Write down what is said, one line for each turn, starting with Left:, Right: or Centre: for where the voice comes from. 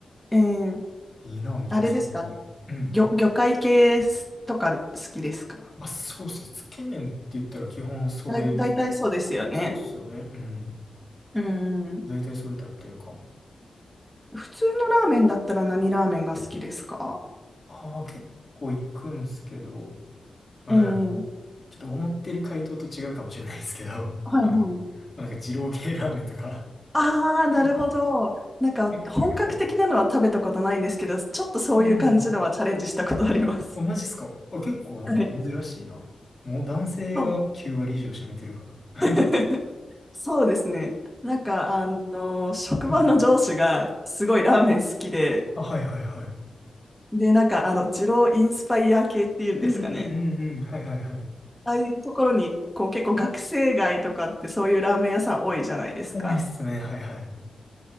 Centre: ええ
Left: いいな、満たす。
Centre: あれですか
Left: うん。
Centre: 魚、魚介系とか好きですか
Left: あ、そうそう。つけ麺って言ったら基本それ、
Centre: だ、大体そうですよね。
Left: そうっすよね。うん。
Centre: うん。
Left: だいたいそれ食べてるかも。
Centre: 普通のラーメンだったら何ラーメンが好きですか
Left: ああ、結構行くんすけど、まあね、
Centre: ええ
Left: ちょっと思ってる回答と違うかもしれないですけど、
Centre: はいはい。
Left: あの、まあ、なんか、二郎系ラーメンとか、
Centre: ああ、なるほど。
Left: <laughs>
Centre: なんか、
Left: 結構行くかも。
Centre: 本格的なのは食べたことないんですけど、ちょっとそういう感じのはチャレンジしたことあります。
Left: うんあ、マジっすかあ、結構なんか珍しいな。
Centre: はい。
Left: もう男性が9割以上占めてるから。
Centre: そう。<laughs> そうですね。なんか、あの、職場の上司がすごいラーメン好きで、
Left: うん。あ、はいはいはい。
Centre: で、なんか、あの、二郎インスパイア系っていうんですかね。
Left: うんうんうんうん。はいはいはい。
Centre: ああいうところに、こう、結構学生街とかってそういうラーメン屋さん多いじゃないですか。
Left: 多いっすね。はいはい。